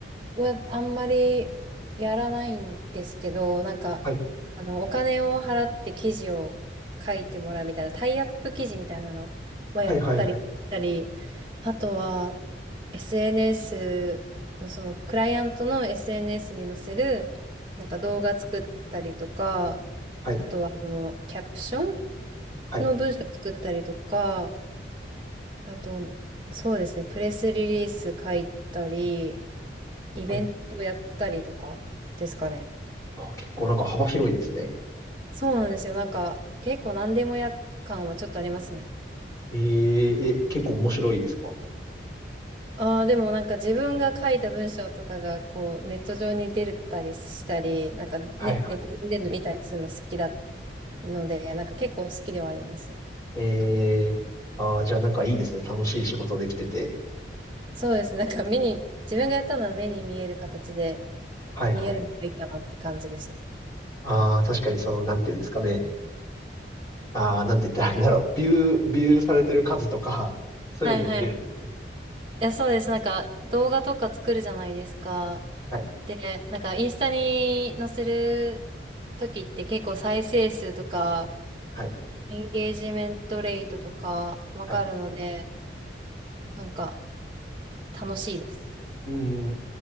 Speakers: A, on the right; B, on the left.
A: はあんまりやらないんですけど、なんか、
B: はい。
A: あの、お金を払って記事を書いてもらうみたいな、タイアップ記事みたいなのはやったり、
B: はいはいはい。
A: したり、あとは、SNS の、その、クライアントの SNS に載せる、なんか動画作ったりとか、
B: はい。
A: あとは、あの、キャプション
B: はい。
A: の文章作ったりとか、あと、そうですね、プレスリリース書いたり、イベントやったりとかですかね。
B: はい。あ、結構なんか幅広いですね。
A: そうなんですよ。なんか、結構何でもや感はちょっとありますね。
B: えー、え、結構面白いですか
A: ああ、でもなんか自分が書いた文章とかが、こう、ネット上に出たりしたり、なんかネ、
B: はいは
A: ネット上に出るの見たりするの好きだので、なんか結構好きではありますね。
B: い。えー、あー、じゃあなんかいいですね。楽しい仕事できてて。
A: そうですね。なんか目に、自分がやったのは目に見える形で
B: はいはい。
A: 見えるのがいいかなって感じですね。
B: ああ、確かにその、なんていうんですかね。ああ、なんて言ったらいいんだろう。ビュー、ビューされてる数とか、<laughs> そういうのも見れるってことですね。
A: はいはい。え、そうです。なんか、動画とか作るじゃないですか。
B: はい、
A: で、なんか、インスタに載せる時って結構再生数とか、
B: はい、
A: エンゲージメントレートとかわかるので、
B: はい。
A: なんか、楽しいです。
B: うん。